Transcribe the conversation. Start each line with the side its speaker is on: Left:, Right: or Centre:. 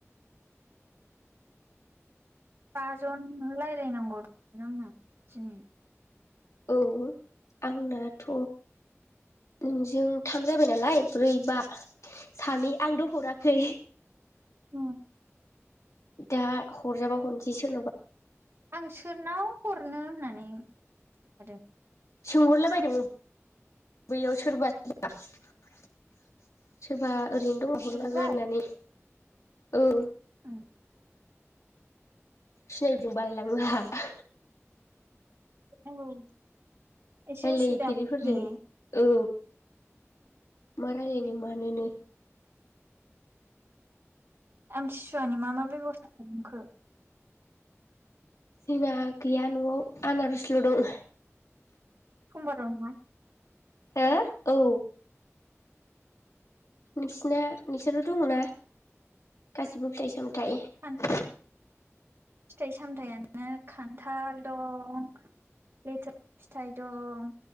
Right: बाजन रायज्लायनांगौ नोंना दिनै
Left: औ आंनाथ' नोंजों थाम जाबाय नालाय ब्रै बा सानै आंथ हराखै
Right: औ
Left: दा हरजाबा हरनोसै सोरनावबा?
Right: आं सोरनाव हरनो होननानै थादों।
Left: सोंहरला बायदोंमोन बैयाव सोरबाबा सोरबा। ओरैनो दंबा हरनांगोन
Right: ग्रुपाव
Left: होननानै। औ
Right: उम
Left: सिनायैजोब बालायलांङो आंहा।
Right: औ एसे
Left: रायलायफेरिफोरजों
Right: उसुबिदा ने
Left: औ मा रायलायनो मानोनो
Right: आम थिं सुवानि मा मा बेब'स्था खालामखो?
Left: जोंना गैया न'आव आनारसल' दं।
Right: समबाराव नङा
Left: हो औ नोंसिना नोंसोरथ' दंना। गासिबो फिथथायाइ सामथायाइ?
Right: सान फिथाइ सामथायाइयानो खान्थाल दं लेथो फिथाइ दं